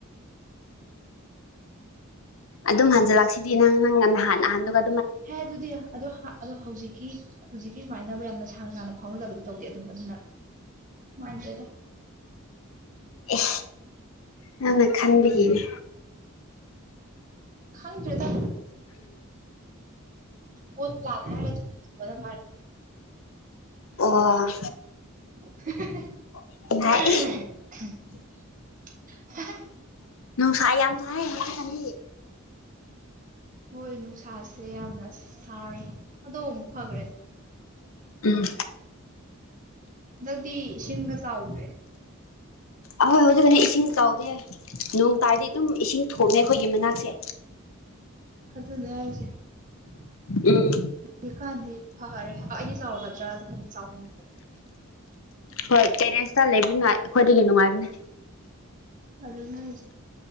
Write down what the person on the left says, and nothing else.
ꯑꯗꯨꯝ
ꯍꯟꯖꯤꯜꯂꯛꯁꯤꯗꯤ ꯅꯪ ꯅ ꯍꯥꯟꯅ ꯍꯥꯟꯗꯨꯒ
ꯑꯦ ꯅꯪꯅ ꯈꯟꯕꯤꯒꯤꯅꯦ
ꯑꯣ
ꯁꯥꯏ ꯁꯥꯏꯝ ꯊꯥꯏ ꯀꯕꯤ
ꯎꯝ
ꯥꯏꯥꯏ ꯑꯗ ꯀ ꯏꯁꯤꯡ ꯆꯥꯎꯗꯦ ꯅꯣꯡ ꯇꯥꯔꯗꯤ ꯑꯗꯨꯝ ꯏꯁꯤꯡ ꯊꯣꯛꯃꯦ ꯑꯩꯈꯣꯏꯒꯤ ꯃꯅꯥꯛꯁꯦ
ꯎꯝ
ꯍꯣꯏ ꯆꯦꯔꯦꯟꯁꯇ ꯂꯩꯕꯅ ꯑꯩꯈꯣꯏꯗꯒꯤ ꯅꯨꯡꯉꯥꯏꯕꯅꯦ